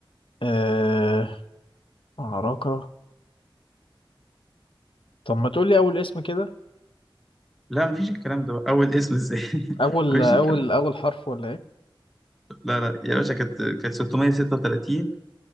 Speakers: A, on the left; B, in the centre.
A: آه، عراقه طب ما تقول لي اول اسم كده
B: لا مفيش الكلام ده بقى. أول اسم إزاي <laughs>
A: اول
B: مفيش
A: اول
B: الكلام ده.
A: اول حرف ولا ايه
B: لا لا يا باشا كانت كانت 636